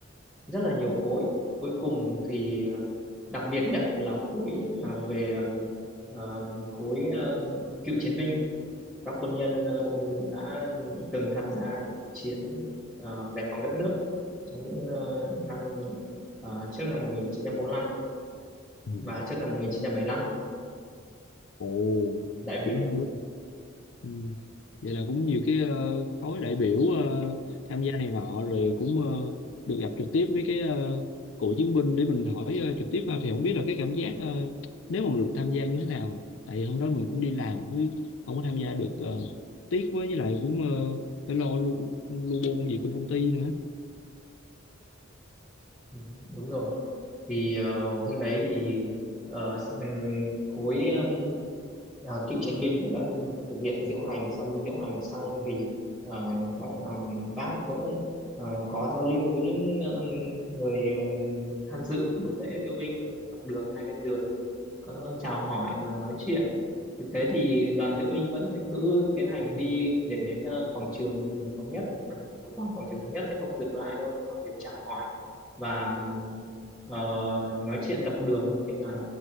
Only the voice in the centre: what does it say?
rất là nhiều khối cuối cùng thì ờ, đặc biệt nhất là khối ờ, về ờm, ờm, khối ờm, cựu chiến binh các quân nhân ờm, đã từng tham gia những cuộc chiến ờ, giải phóng đất nước trong những ờ, năm ờ, trước năm một nghìn chín trăm bốn lăm
và trước năm một nghìn chín trăm bảy lăm
đại biểu
Ừ, đúng rồi thì ờ, hôm đấy thì ờ, s- ừm, khối ừm, ờ, cựu chiến binh cũng đã thực hiện diễu hành sau khi diễu hành xong thì ờ, các ờ, bác cũng ờ, có giao lưu với những ờ, người ờ, tham dự buổi lễ diễu binh ở dọc đường hai bên đường có chào hỏi và nói chuyện thực tế thì đoàn diễu binh vẫn sẽ cứ tiến hành đi để đến ờ, quảng trường thống nhất Ừ, một vòng quảng trường thống nhất sẽ không dừng lại đâu nhưng mà việc chào hỏi và ừm, ờ, nói chuyện dọc đường hay là